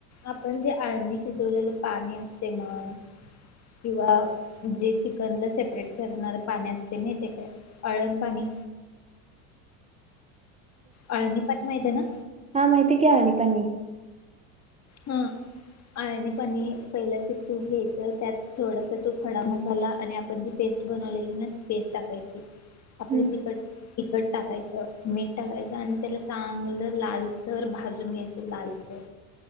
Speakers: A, on the left; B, on the right.
A: आपण जे अळणी शिजवलेलं पाणी असते मग किंवा जे चिकनला सेपरेट करणार पाणी असते माहिते काय आळण पाणी आळणी पा माहितीये ना?
B: हा माहिती की आणि पाणी
A: हा आणि पणी पहिलं ते तूप घ्यायच त्यात थोडस तूप खडा मसाला आणि आपण जी पेस्ट बनवलेली ना ती पेस्ट टाकायची आपलं
B: हं
A: तिकट तिखट टाकायचं मीठ टाकायचं आणि त्याला चांगलं लालसर भाजून घ्यायचं लालसर